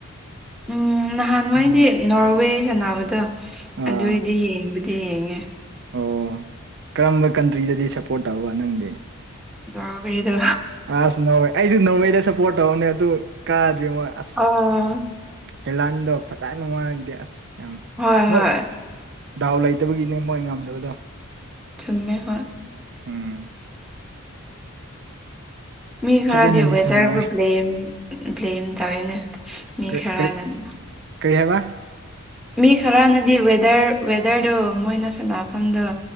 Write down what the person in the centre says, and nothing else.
ꯎꯝ ꯅꯍꯥꯟꯋꯥꯏꯗꯤ
ꯅꯣꯔꯋꯦ ꯁꯥꯟꯅꯕꯗꯣ
ꯑꯗꯨꯒꯤꯗꯤ ꯌꯦꯡꯕꯨꯗꯤ ꯌꯦꯡꯉꯦ
ꯑꯕꯤꯗ
ꯑꯥ
ꯍꯣꯏ
ꯍꯣꯏ
ꯆꯨꯝꯃꯦ ꯍ
ꯃꯤ ꯈꯔꯗꯤ
ꯋꯦꯗꯔꯕꯨ
ꯕ꯭ꯂꯦꯝ ꯕ꯭ꯂꯦꯝ ꯇꯧꯋꯦꯅꯦ ꯃꯤ
ꯈꯔꯅꯅꯤ
ꯃꯤ ꯈꯔꯅꯗꯤ ꯋꯦꯗꯔ ꯋꯦꯗꯔꯗꯨꯣ ꯃꯣꯏꯅ ꯁꯥꯟꯅꯐꯝꯗꯣ